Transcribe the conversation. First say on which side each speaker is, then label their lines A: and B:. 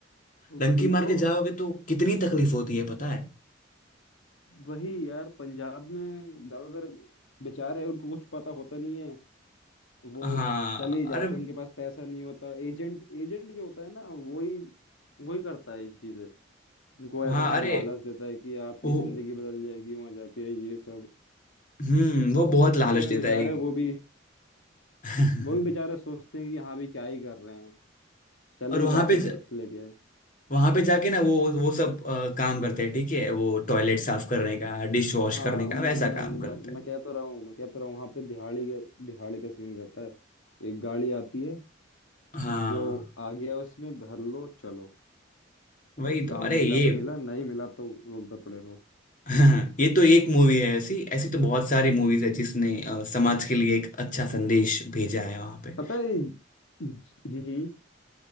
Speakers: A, on the left; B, on the left.
A: वही
B: डंकी मार
A: तो
B: के जाओगे तो कितनी तकलीफ होती है पता है
A: वही यार पंजाब में ज्यादातर बेचारे हैं, उनको कुछ पता होता नहीं है वो
B: हाँ
A: चले ही
B: अरे
A: जाते हैं उनके पास पैसा नहीं होता एजेंट एजेंट जो होता है ना वही वही करता है ये चीजें उनको
B: हाँ
A: ऐसा सा
B: अरे
A: लालच देता है कि आपकी
B: वो
A: जिंदगी बदल जाएगी वहां जाके ये सब
B: हम्म वो बहुत
A: तो इस
B: लालच
A: चक्कर में
B: देता
A: बेचारे
B: है
A: वो भी
B: <laughs>
A: वो भी बेचारे सोचते हैं कि हाँ भी क्या ही कर रहे हैं चले
B: और
A: ही
B: वहां
A: जाते
B: पे
A: हैं रिक्स लेके
B: वहां पे जाके ना वो वो सब अ, काम करते हैं ठीक है वो टॉयलेट साफ करने का डिश वॉश
A: हाँ
B: करने का
A: मैं
B: वैसा
A: मैं
B: काम
A: मैं,
B: करते हैं
A: मैं कह तो रहा हूँ मैं कह तो रहा हूँ वहां पे दिहाड़ी का दिहाड़ी का सीन रहता है एक गाड़ी आती है
B: हाँ
A: जो आ गया उसमें भर लो चलो
B: वही तो
A: काम
B: अरे
A: मिला
B: ये
A: तो मिला नहीं मिला तो रूम पे पड़े रहो
B: <laughs> ये तो एक मूवी है ऐसी ऐसी तो बहुत सारी मूवीज है जिसने अ, समाज के लिए एक अच्छा संदेश भेजा है वहां पे
A: पता है हम्म हम्म,